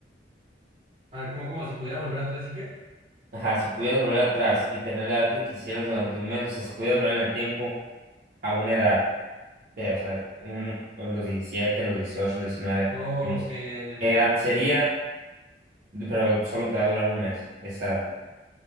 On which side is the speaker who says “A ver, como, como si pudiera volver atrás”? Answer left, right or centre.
Right